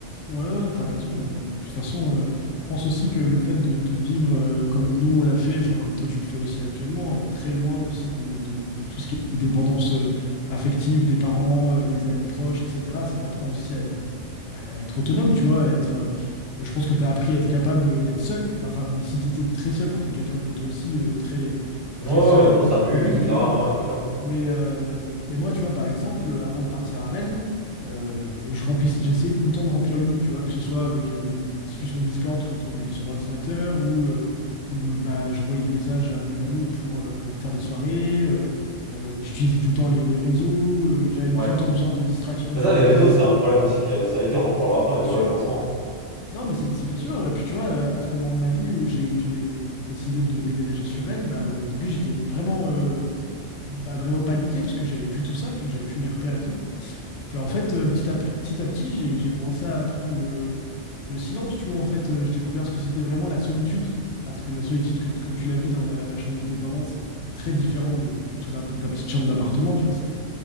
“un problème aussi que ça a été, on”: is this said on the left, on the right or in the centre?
Right